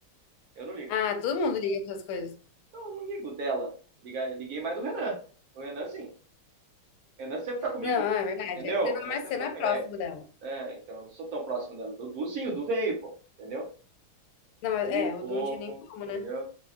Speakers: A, on the right; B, on the left.
A: Eu não ligo.
B: Ah, todo mundo liga para essas coisas.
A: Não, eu não ligo dela. Liga- Liguei mais do Renan. O Renan, sim. O Renan sempre tá comigo.
B: Não, é verdade.
A: Entendeu?
B: É que você
A: O
B: não,
A: Renan
B: mas
A: sempre
B: você
A: tá
B: não
A: comigo.
B: é próximo
A: É,
B: dela.
A: é, então eu não sou tão próximo dela. Do Du, sim, o Du veio, pô. Entendeu?
B: Não, mas,
A: Du,
B: é, o
A: fofo.
B: Du não tinha nem como,
A: Entendeu?
B: né?